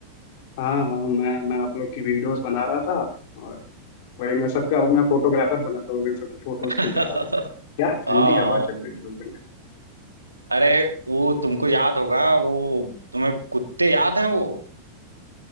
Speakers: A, on the left; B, on the right.
A: हाँ हाँ मैं मैं आप लोग की वीडियोस बना रहा था और वही मैं सबका मैं फोटोग्राफर बना था वही सबकी फोटोज
B: <laughs>
A: खींच रहा था क्या ठंडी
B: हाँ हाँ
A: हवा चल रही थी उस दिन
B: अरे वो तुमको याद होगा वो तुम्हें कुत्ते याद है वो